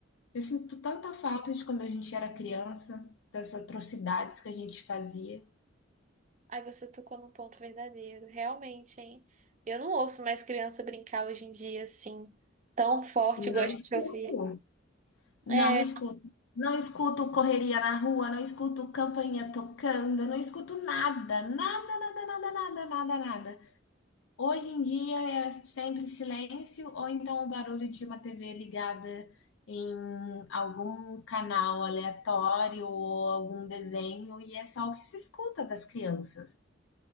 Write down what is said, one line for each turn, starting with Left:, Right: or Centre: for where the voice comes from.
Left: Eu sinto tanta falta de quando a gente era criança, das atrocidades que a gente fazia.
Right: Aí você tocou num ponto verdadeiro. Realmente, hein? Eu não ouço mais criança brincar hoje em dia assim, tão forte
Left: E não
Right: igual a gente
Left: escuto,
Right: ouvia.
Left: não
Right: É,
Left: escuto. Não escuto correria na rua, não escuto campainha tocando, não escuto nada, nada, nada, nada, nada, nada, nada. Hoje em dia é sempre silêncio ou então o barulho de uma TV ligada em algum canal aleatório ou algum desenho e é só o que se escuta das crianças.